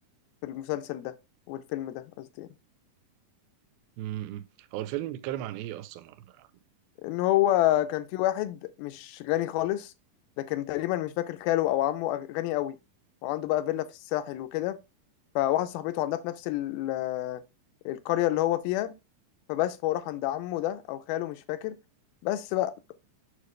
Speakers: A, on the left; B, on the right.
A: في المسلسل ده والفيلم ده قصدي يعني.
B: امم هو الفيلم بيتكلم عن ايه اصلا ولا
A: ان هو كان في واحد مش غني خالص لكن تقريبا مش فاكر خاله او عمه غني قوي وعنده بقى فيلا في الساحل وكده فواحد صاحبته عندها في نفس ال- القرية اللي هو فيها فبس فهو راح عند عمه ده او خاله مش فاكر بس بقى